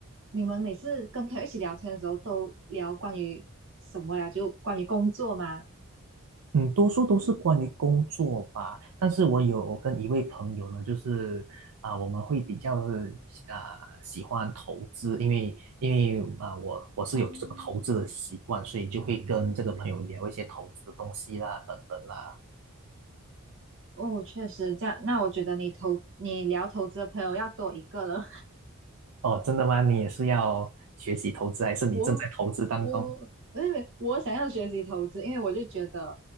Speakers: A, on the right; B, on the right.
A: 你们每次跟朋友一起聊天的时候，都聊关于什么呀？就关于工作吗？
B: 嗯，多数都是关于工作吧，但是我有跟一位朋友呢，就是啊、我们会比较啊、喜欢投资，因为因为啊、我我是有这个投资的习惯，
A: 哦
B: 所以就会跟这个朋友聊一些投资的东西啦，等等啦。
A: 哦，确实这样。那我觉得你投你聊投资的朋友要多一个了。<laughs>
B: 哦，真的吗？你也是要学习投资，还是你正在投资当中？
A: 我我因为我想要学习投资，因为我就觉得